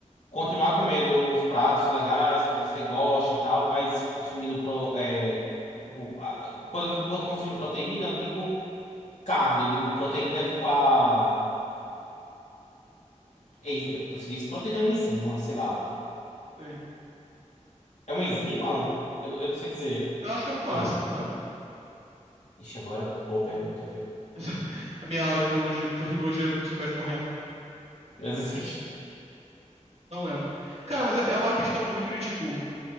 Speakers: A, on the left (about 65°); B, on the right (about 55°).
A: continuar comendo os pratos legais que você gosta e tal, mas consumindo pro, é, tipo, a- quando eu digo pro- consumindo proteína, eu não digo. Carne, eu digo proteína, tipo a. en- Eu não sei se proteína é um enzima, sei lá.
B: Sim.
A: É uma enzima? Eu, não- eu não sei dizer.
B: Eu acho que é aminoácido,
A: Eu...
B: né?
A: <laughs> Ixi, agora, boa pergunta, viu?
B: <laughs> A minha aula de biologia, professor de biologia do ensino médio morrendo.
A: Mas, assim,
B: Não lembro. Cara, mas é é uma questão muito de tipo.